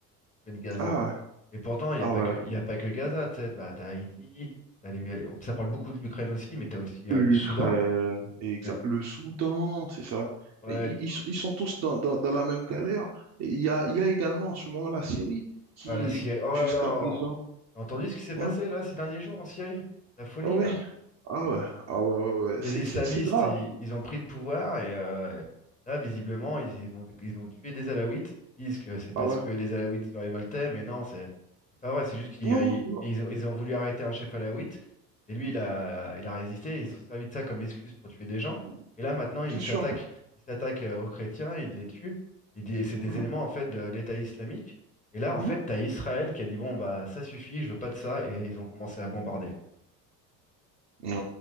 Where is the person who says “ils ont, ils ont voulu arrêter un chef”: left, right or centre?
Left